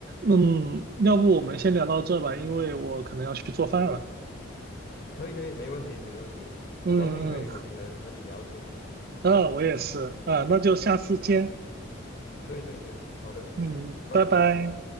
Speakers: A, on the right (about 50°); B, on the left (about 50°).
A: 嗯，要不我们先聊到这吧，因为我可能要去做饭了。
B: 可以可以，没问题没问题，
A: 嗯嗯。
B: 很高兴可以和你和和你聊天呢。
A: 嗯，我也是，啊，那就下次见，
B: 对对对，好的，
A: 嗯，
B: 拜拜。
A: 拜拜。